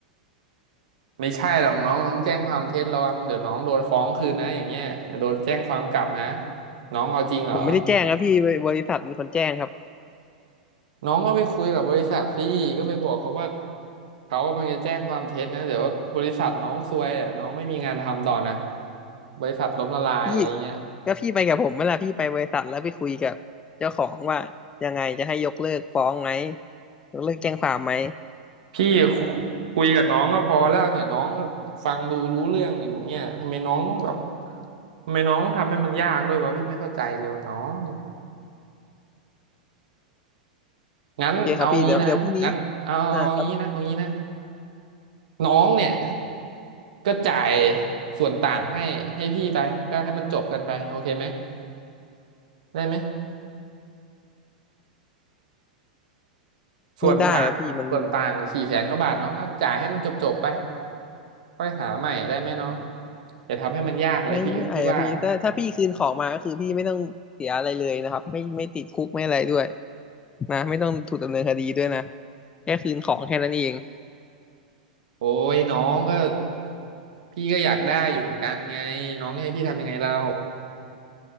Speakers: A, on the right (about 65°); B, on the left (about 20°).
A: ไม่ใช่หรอกน้องน้องแจ้งความเท็จระวังเดี๋ยวน้องโดนฟ้องคืนนะอย่างเงี้ยโดนแจ้งความกลับนะน้องเอาจริงเหรอ
B: ผมไม่ได้แจ้งครับพี่บริษัทเป็นคนแจ้งครับ
A: น้องก็ไปคุยกับบริษัทสิก็ไปบอกเขาว่าเขากำลังจะแจ้งความเท็จนะเดี๋ยวบริษัทน้องซวยอะน้องไม่มีงานทำต่อนะบริษัทล้มละลายอะไรเงี้ย
B: พี่ก็พี่ไปกับผมเวลาพี่ไปบริษัทแล้วไปคุยกับเจ้าของว่ายังไงจะให้ยกเลิกฟ้องไหมยกเลิกแจ้งความไหม
A: พี่คุคุยกับน้องก็พอแล้วเนี่ยน้องก็ฟังดูรู้เรื่องอยู่เนี่ยทำไมน้องต้องแบบทำไมน้องต้องทำให้มันยากด้วยวะพี่ไม่เข้าใจเลยวะน้องงั้นเอางี้นะงั้นเอาเอางี้นะเอางี้นะ
B: โอเคครับพี่เดี๋ยวเดี๋ยวพรุ่งนี้อ่าครับ
A: น้องเนี่ยก็จ่ายส่วนต่างให้ให้พี่ไปก็ให้มันจบกันไปโอเคไหมได้ไหมส่วนต่างส่วนต่างสี่แสนกว่าบาทน้องก็จ่ายให้มันจบจบไป
B: ไม่ได้ครับพี่มัน
A: ค่อยหาใหม่ได้ไหมน้องอย่าทำให้มันยากเลยพี่พี่ว่า
B: ไม่ได้ครับพี่ถ้าถ้าพี่คืนของมาก็คือพี่ไม่ต้องเสียอะไรเลยนะครับไม่ไม่ติดคุกไม่อะไรด้วยนะไม่ต้องถูกดำเนินคดีด้วยนะแค่คืนของแค่นั้นเอง
A: โอ้ยน้องก็พี่ก็อยากได้อยู่เหมือนกันไงน้องให้พี่ทำยังไงเรา